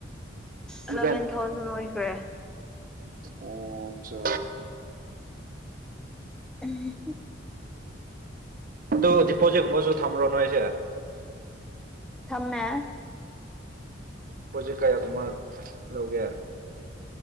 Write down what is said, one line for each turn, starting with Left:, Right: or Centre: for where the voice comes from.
Right: ꯏꯂꯚꯦꯟ
Centre: ꯑꯦꯂꯦꯚꯦꯟ ꯊꯥꯎꯖꯟ ꯑꯣꯏꯈ꯭ꯔꯦ
Right: ꯑꯣ ꯑꯆꯥ
Centre: ꯎꯝ ꯍꯝ
Right: ꯑꯗꯨ ꯗꯤꯄꯣꯖꯤꯠꯀꯨꯝꯕꯖꯨ ꯊꯝꯕ꯭ꯔꯣ ꯅꯣꯏꯁꯦ
Centre: ꯊꯝꯃꯦ
Right: ꯗꯤꯄꯣꯖꯤꯠ ꯀꯌꯥꯒꯨꯝꯕ ꯂꯧꯒꯦ